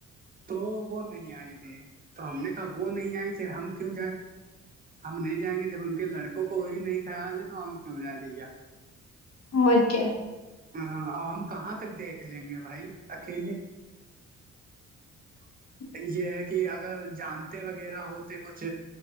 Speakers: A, on the right; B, on the left.
A: تو وہ نہیں آئی تھی تو ہم نے کہا وہ نہیں آئی پھر ہم کیوں جائ ہم نہیں جائیں گے جب ان کے لڑکوں کو ہی نہیں خیال ہے تو ہم کیوں جا رہے
B: ہو کیا
A: ہاں اور ہم کہاں تک دیکھ لیں گے بھائی اکیلے
B: <inaudible>
A: <inaudible> کہ اگر جانتے وغیرہ ہوتے کچھ